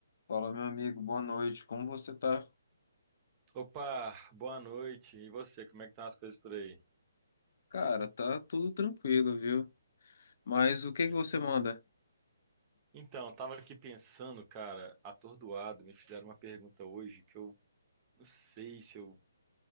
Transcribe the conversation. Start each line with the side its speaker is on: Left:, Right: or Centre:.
Left: Fala, meu amigo, boa noite. Como você tá?
Right: Opa, boa noite. E você, como é que estão as coisas por aí?
Left: Cara, tá tudo tranquilo, viu? Mas o que
Right: Beleza.
Left: que você manda?
Right: Então, tava aqui pensando, cara, atordoado, me fizeram uma pergunta hoje que eu não sei se eu